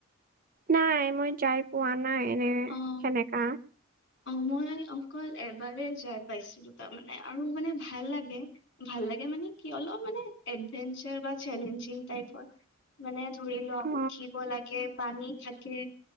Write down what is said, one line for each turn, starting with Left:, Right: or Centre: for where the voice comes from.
Right: নাই মই যাই পোৱা নাই এনে
Left: অ
Right: সেনেকা,
Left: অ, মই অকল এবাৰে যাই পাইছিলো তাৰমানে আৰু মানে ভাল লাগে। ভাল লাগে মানে কি অলপ মানে এডভেঞ্চাৰ বা চেলেঞ্জিং টাইপৰ মানে ধৰি লোৱা
Right: অ
Left: উঠিব লাগে, পানী থাকে